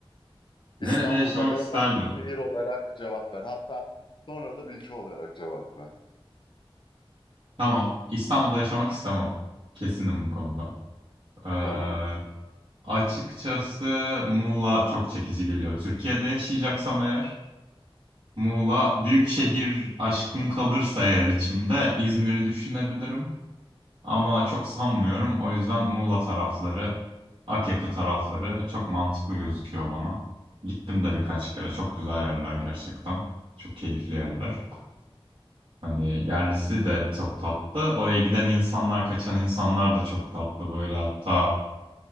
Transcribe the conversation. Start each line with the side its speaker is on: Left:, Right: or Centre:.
Left: İstanbul'da
Right: nerede yaşamak
Left: ve
Right: isterdim?
Left: başka şehir olarak cevap ver. Hatta sonra da ülke olarak cevap ver.
Right: Tamam. İstanbul'da yaşamak istemem. Kesinim bu konuda. Ee,
Left: Tamam.
Right: açıkçası Muğla çok çekici geliyor. Türkiye'de yaşayacaksam eğer Muğla büyük şehir aşkım kalırsa eğer içimde İzmir'i düşünebilirim. Ama çok sanmıyorum. O yüzden Muğla tarafları, Akyaka tarafları çok mantıklı gözüküyor bana. Gittim de birkaç kere. Çok güzel yerler gerçekten. Çok keyifli yerler.
Left: Hmm.
Right: Hani yerlisi de çok tatlı. Oraya giden insanlar, kaçan insanlar da çok tatlı. Böyle hatta